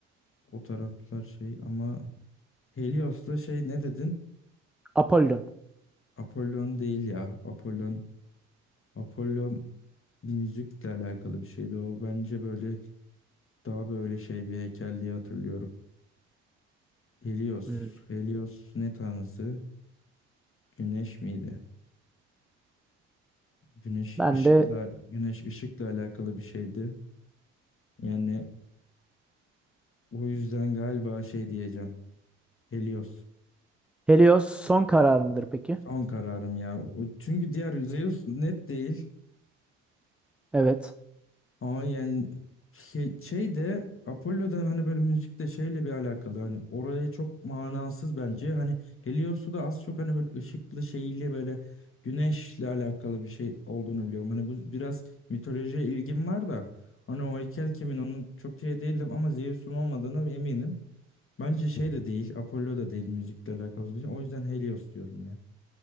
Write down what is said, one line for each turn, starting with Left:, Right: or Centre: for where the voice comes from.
Left: O taraflar şey ama Helios'la şey ne dedin?
Centre: Apollon.
Left: Apollon değil ya. Apollon. Apollo müzikle alakalı bir şeydi o. Bence böyle daha böyle şey bir heykel diye hatırlıyorum. Helios.
Centre: Hmm.
Left: Helios ne tanrısı? Güneş miydi? Güneş
Centre: Ben
Left: ışıkla
Centre: de
Left: güneş ışıkla alakalı bir şeydi. Yani o yüzden galiba şey diyeceğim. Helios.
Centre: Helios son karar mıdır peki?
Left: Son kararım ya. O- Çünkü diğer Zeus net değil.
Centre: Evet.
Left: Ama yani şey, şey de Apollo'da hani böyle müzikle şeyle bir alakalı hani oraya çok manasız bence. Hani Helios'u da az çok hani böyle ışıklı şeyli böyle güneşle alakalı bir şey olduğunu biliyorum. Hani bu biraz mitolojiye ilgim var da hani o heykel kimin onun çok şey değildim ama Zeus'un olmadığını eminim. Bence şey de değil Apollo da değil müzikle alakalı. O yüzden Helios diyorum ya.